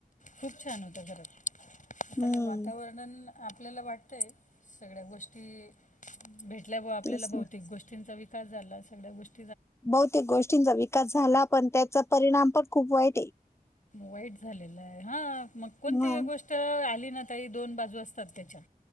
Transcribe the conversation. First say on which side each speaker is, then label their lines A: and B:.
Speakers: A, on the left; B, on the left.
A: खूप छान होता घरात आता
B: हम्म
A: का वातावरण आपल्याला वाटतंय सगळ्या गोष्टी भेटल्यावर आपल्याला
B: तेच
A: भौतिक
B: ना
A: गोष्टींचा व झाला सग्या गोष्ट
B: बहुतेक गोष्टींचा विकास झाला पण त्याचा परिणाम पण खूप वाईट आहे
A: वाईट झालेलं आहे हा मग कोणती
B: मग
A: गोष्ट आली ताई दोन बाजू असतात त्याच्या